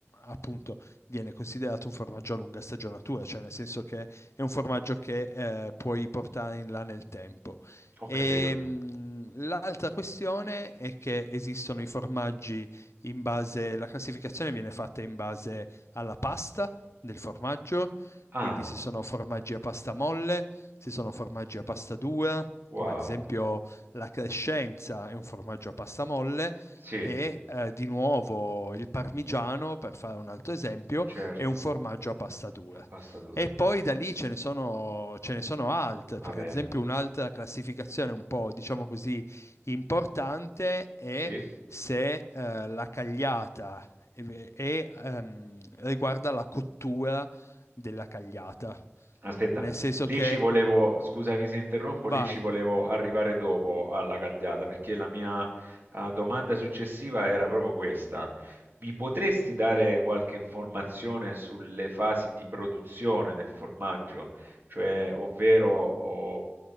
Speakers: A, on the left (about 80°); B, on the right (about 50°).
A: appunto viene considerato un formaggio a lunga stagionatura, cioè nel senso che è un formaggio che eh, puoi portare in là nel tempo.
B: ho
A: E,
B: capito.
A: mh, l'altra questione è che esistono i formaggi in base, la classificazione viene fatta in base alla pasta del formaggio,
B: Ah,
A: quindi se sono formaggi a pasta molle, se sono formaggi a pasta dura,
B: wow.
A: come ad esempio la crescenza è un formaggio a pasta molle
B: Sì,
A: e eh, di nuovo il parmigiano, per fare un altro esempio,
B: Certo,
A: è un formaggio a pasta dura.
B: a pasta dura.
A: E poi da lì ce ne sono, ce ne sono altre,
B: Vabbè,
A: perché ad esempio un'altra classificazione un po', diciamo così, importante è
B: sì?
A: se eh, la cagliata e, e, ehm, riguarda la cottura della cagliata.
B: Aspetta,
A: Nel senso
B: lì
A: che,
B: ci volevo, scusami se interrompo,
A: vai,
B: lì ci volevo arrivare dopo alla cagliata, perché la mia eh, domanda successiva era proprio questa. Mi potresti dare qualche informazione sulle fasi di produzione del formaggio? Cioè, ovvero o